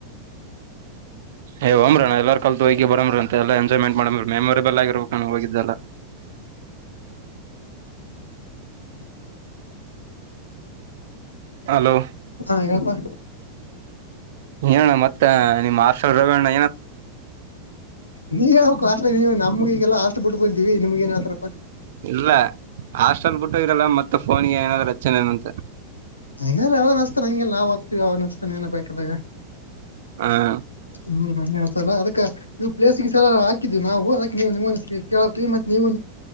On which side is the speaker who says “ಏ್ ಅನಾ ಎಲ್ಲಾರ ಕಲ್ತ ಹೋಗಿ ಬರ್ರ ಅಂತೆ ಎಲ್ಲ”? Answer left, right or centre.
Right